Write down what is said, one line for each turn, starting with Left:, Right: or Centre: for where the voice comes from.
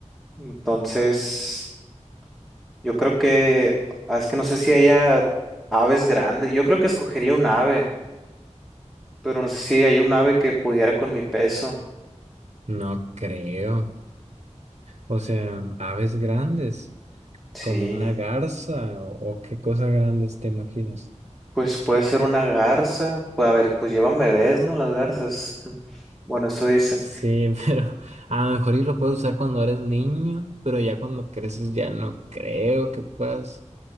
Centre: entonces, yo creo que, ah, es que no sé si haya aves grandes. Yo creo que escogería un ave, pero no sé si hay un ave que pudiera con mi peso.
Right: No creo. O sea, aves grandes.
Centre: Sí,
Right: como una garza o, o qué cosas grandes te imaginas.
Centre: pues puede ser una garza. Pues a ver, pues llevan bebés, ¿no? Las garzas. <laughs> Bueno, eso dicen.
Right: Sí, <laughs> pero a lo mejor y lo puedes usar cuando eres niño, pero ya cuando creces ya no creo que puedas.